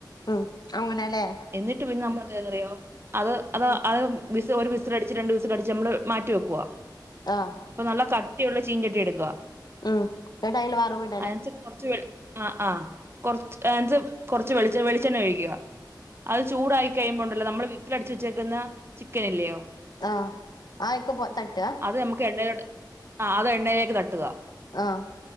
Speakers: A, on the left (about 60°); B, on the right (about 30°).
A: ഉം അങ്ങനെല്ലേ
B: എന്നിട്ട് പിന്നെ നമ്മൾ എ ന്തയോ <unintelligible> അത് അത്
A: ഉം
B: അത് ഒരു വിസിലടിച്ച് രണ്ട് വിസിലടിച്ച് നമ്മൾ മാറ്റി വെക്കുവ
A: ആഹ്
B: അപ്പൊ നല്ല ക ട്ടിയുള്ള ചീഞ്ചട്ടി എടുക്കുക
A: ഉം ന്നട്ടയില് വറവി
B: അയൻച്ച കുറച് വേ അഹ് ആഹ് കൊറ്ച്ച് ഏത് കൊറച്ച് വെളിച്ച വെളിച്ചെണ്ണ ഒഴിക്കുക അത് ചൂടായി കഴിയുമ്പോണ് നമ്മൾ വിസില് അടച്ച് വെച്ചേക്കുന്ന ചിക്കൻ ഇല്ലയോ
A: ആഹ് ആ ഇക്ക് പോ തട്ടാ
B: അത് നമുക്ക് എണ്ണയിലോട്ട് ആഹ് അത് എണ്ണയിലേക്ക് തട്ട്ക
A: ആഹ്